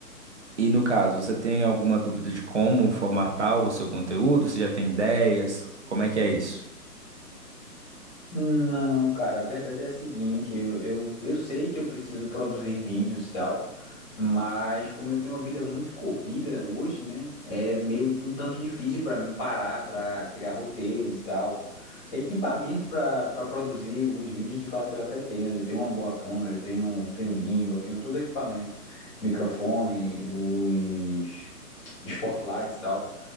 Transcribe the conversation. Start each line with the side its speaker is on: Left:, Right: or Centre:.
Right: E no caso, você tem alguma dúvida de como formatar o seu conteúdo? Você já tem ideias? Como é que é isso?
Left: Não, cara, a verdade é a seguinte, eu, eu, eu sei que eu preciso produzir vídeos e tal, mas como eu tenho uma vida muito corrida hoje, né, é meio um tanto difícil para mim parar para criar roteiros e tal. Equipamento para para produzir os vídeos, de fato, eu até tenho. Eu tenho uma boa câmera, eu tenho, um, tenho gimbal, eu tenho todo o equipamento, microfone, os spotlights e tal.